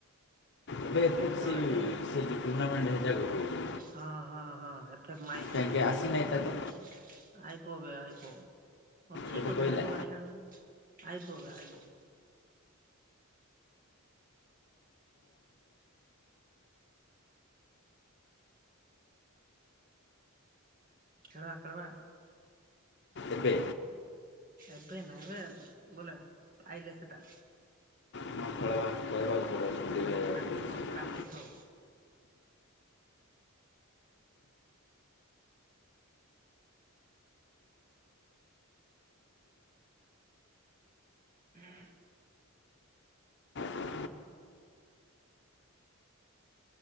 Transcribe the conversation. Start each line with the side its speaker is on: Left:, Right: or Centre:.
Left: ଏବେ ଏତ
Right: କେତେବେଳେ
Left: କିଛି
Right: କେ
Left: ଟୁର୍ଣ୍ଣାମେଣ୍ଟ <unintelligible>
Right: ହଁ- ହଁ- ହଁ ଏଫ <unintelligible>
Left: କାହିଁକି ଆସିନାହିଁ ତାକୁ
Right: ଆଇବୋ ବେ ଆଇବୋ ଅଛି
Left: ତୋତେ
Right: ବୋଧେ
Left: କହିଲା
Right: ନା କଣ <unintelligible> ଆଇବୋ ବେ ଆଇବୋ। ଖେଳବା ଖେଳବା।
Left: ଏବେ
Right: ଏବେ ନାଇଁ ବେ ବୋଲେ ଆଇଲେ ସେଇଟା।
Left: ହଁ ଖେଳବା କହିବାକୁ ପଡ଼ିବ
Right: ହଁ
Left: ସନ୍ଦୀପ ଭାଇବାକୁ
Right: ପ୍ରାକ୍ଟିସ୍
Left: ଆଉ
Right: ହବ ପ୍ରାକ୍ଟିସ୍ ହବ। <unintelligible>
Left: କ'ଣ?